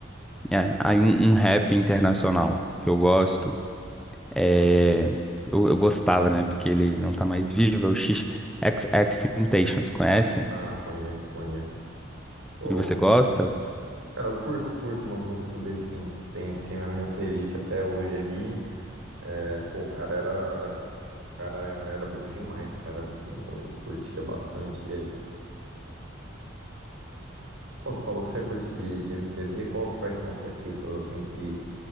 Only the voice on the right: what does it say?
Ah, conheço, conheço. Eu,
cara, eu curto, curto umas músicas dele, sim. Tem, tem na minha playlist até hoje ali. É, pô, o cara era, o cara era bom demais, cara. Eu curtia bastante ele. Bom, você falou que você curte de, de MPB, qual- quais são os artistas assim que,